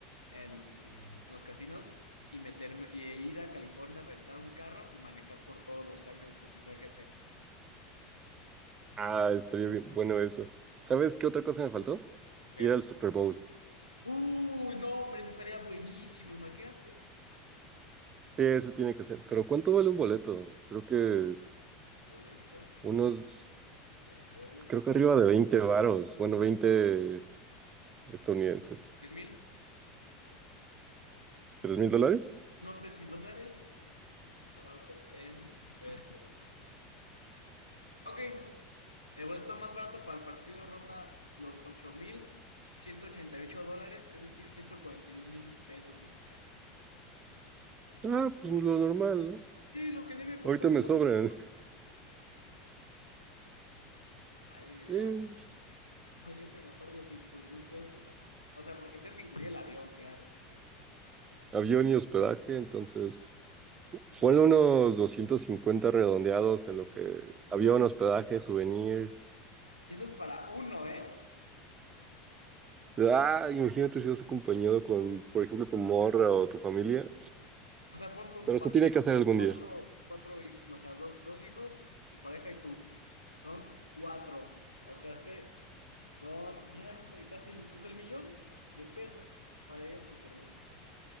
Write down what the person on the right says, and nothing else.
Ah, estaría bien, bueno eso. ¿Sabes qué otra cosa me faltó?
Ir al Super Bowl.
Sí, eso tiene que ser. Pero ¿cuánto vale un boleto? Creo que
unos,
creo que arriba de veinte varos, bueno, veinte estadounidenses.
¿Tres mil dólares?
Ah, pues lo normal, ¿no?
Ahorita me
sobran. <laughs>
Sí,
avión y hospedaje, entonces... Ponle unos 250 redondeados en lo que avión, hospedaje, souvenirs.
Ah, imagínate si vas acompañado con, por ejemplo, tu morra o tu familia.
Pero esto
tiene que
hacer algún
día.